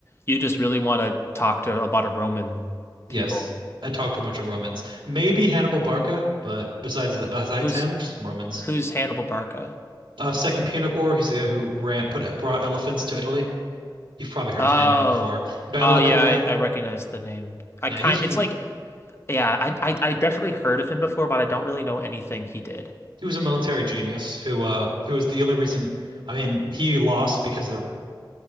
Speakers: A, on the left (about 30°); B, on the right (about 75°).
A: you just really want to talk to a lot of Roman
B: Yes,
A: people.
B: I talked to a bunch of Romans, maybe Hannibal Barca, but besides that, besides
A: Who's
B: him, just Romans.
A: who's Hannibal Barca?
B: Uh, Second Punic War, he's the guy who ran, put, brought elephants to Italy. You've probably heard
A: Oh,
B: of Hannibal before. Battle
A: oh
B: of
A: yeah,
B: Carrhae.
A: I, I recognize the name. I
B: Yeah,
A: kind,
B: he's
A: it's
B: he,
A: like, yeah, I, I I definitely heard of him before, but I don't really know anything he did.
B: he was a military genius who uh who was the only reason. I mean, he lost because the